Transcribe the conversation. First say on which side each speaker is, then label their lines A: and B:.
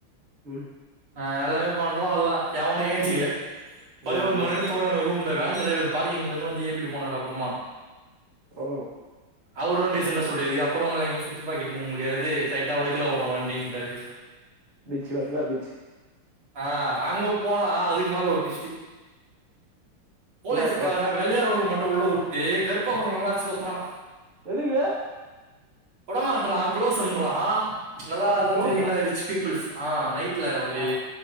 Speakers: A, on the right; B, on the right.
A: ம்
B: அ எல்லாமே பண்றோல்ல எவனு ஏஞ்சிக்கல பதினோரு
A: ம்
B: மணி வர தூங்குனாங்க வேன் டிரைவர் பார்கிங்லருந்து வந்து ஏழுப்பிட்டு போனார் அப்றமா
A: ஓ
B: அவரு டிசெண்டா சொல்றாரு இதுக்ப்றோ ஒங்கள எங்கய சுத்தி பாக்க இட்டு போ முடியாது ஸ்ரைட்டா வடக்குல உட்றோ வண்டி இன்டாரு
A: பீச் வர்கலா பீச்
B: அ அங்க போனா அதுக்கு மேல ஒரு ட்விஸ்ட்டு போலீஸ்கார
A: என்னா ப்ரோ
B: வெள்ளயாருக்கவங்ள மட்டு உள்ள உட்டு கருப்பாருக்கவங்லல்லா அட்ச்சு தொறத்துறா
A: எதுக்கு
B: உடமாட்றா குளோஸ்ஸூன்றா நல்லா அதா
A: க்ளோஸா
B: தெரியுல ரிச் பீப்புள்ஸ் ஆ நைட் ல ஒரு
A: ஆ